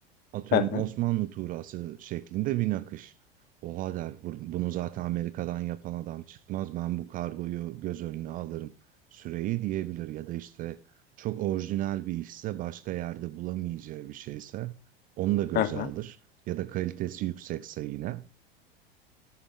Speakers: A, on the right (about 30°); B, on the left (about 30°).
A: atıyorum
B: Hı hı
A: Osmanlı tuğrası şeklinde bir nakış. Oha der "bu- bunu zaten Amerika'dan yapan adam çıkmaz ben bu kargoyu göz önüne alırım süreyi diyebilir ya da işte çok orijinal bir işse başka yerde bulamayacağı bir şeyse onu da göze
B: hı hı
A: alır ya da kalitesi yüksekse yine.